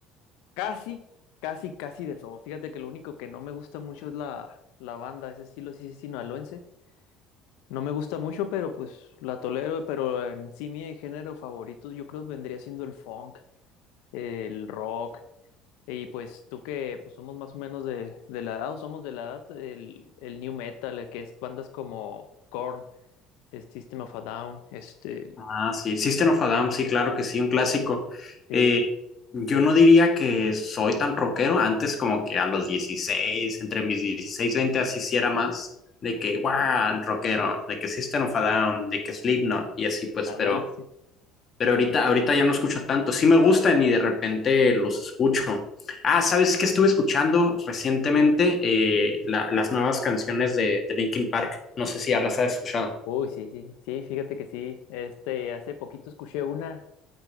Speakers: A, on the left (about 80°); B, on the left (about 35°).
A: casi, casi, casi de todo. Fíjate que lo único que no me gusta mucho es la, la banda, ese estilo sí sinaloense. No me gusta mucho, pero pues la tolero. Pero en sí mi género favorito yo creo vendría siendo el funk, el rock. Y pues tú que pues, somos más o menos de, de la edad, o somos de la edad, el, el new metal, el que es bandas como Korn, este, System of a Down, este...
B: Ah, sí, System of a Down, sí, claro que sí, un clásico.
A: Sí,
B: Eh, yo no diría que soy tan rockero, antes como que a los 16, entre mis 16 y 20, así sí era más de que, wow, rockero, de que System of a Down, de que Slipknot y así pues,
A: ándale.
B: pero
A: sí.
B: Pero ahorita, ahorita ya no escucho tanto. Sí me gustan y de repente los escucho. Ah, ¿sabes qué estuve escuchando recientemente? Eh, la- las nuevas canciones de, de Linkin Park. No sé si ya las has escuchado.
A: Uy, sí, sí, sí, fíjate que sí. Este, hace poquito escuché una.